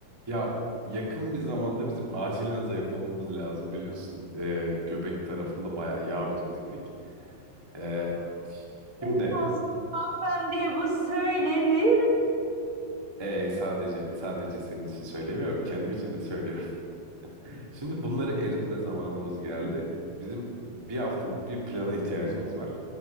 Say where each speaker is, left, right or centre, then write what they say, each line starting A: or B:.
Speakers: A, on the right; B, on the right.
A: Ya yakın bir zamanda bizim acilen zayıflamamız lazım biliyorsun. Ee, göbek tarafında bayağı yağ biriktirdik. Ee,
B: Aşk
A: şimdi
B: olsun hanımefendiye bu söylenir mi?
A: ee, sadece sadece senin için söylemiyorum, kendim için de söylüyorum. <laughs> Şimdi bunları eritme zamanımız geldi. Bizim bir haftalık bir plana ihtiyacımız var.